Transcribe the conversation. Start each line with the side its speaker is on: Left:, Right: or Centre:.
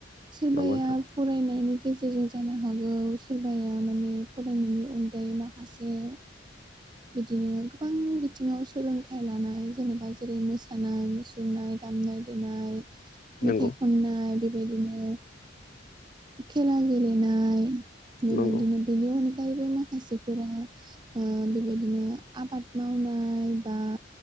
Right: सोरबाया
Left: नंगौ नोंथां
Right: फरायनायनि गेजेरजों जानो हागौ सोरबाया माने फरायनायनि अनगायै माखासे बिदिनो गोबां बिथिङाव सोलोंथाइ लानाय जेनेबा जेरै मोसानाय मुसुरनाय दामनाय देनाय
Left: नंगौ
Right: मेथाइ
Left: नंगौ
Right: खननाय बेबायदिनो खेला गेलेनाय बेबायदिनो
Left: नंगौ
Right: बेनि अनगायैबो माखासेफोरा बेबायदिनो आबाद मावनाय बा